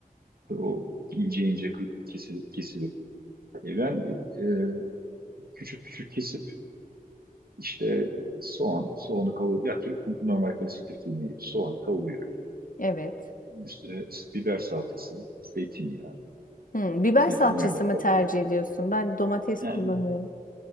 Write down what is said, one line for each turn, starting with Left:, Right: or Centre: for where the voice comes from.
Right: o ince ince kı- kesi- kesilip. E, ben e, küçük küçük kesip İşte soğan, soğanı kavur, ya tür- normal klasik Türk yemeği gibi soğanı kavuruyorum.
Left: evet.
Right: Üstüne biber salçası, zeytinyağı,
Left: Hmm, biber
Right: zeytinyağıyla
Left: salçası mı
Right: kavuruyorum.
Left: tercih ediyorsun? Ben domates
Right: Yani,
Left: kullanıyorum.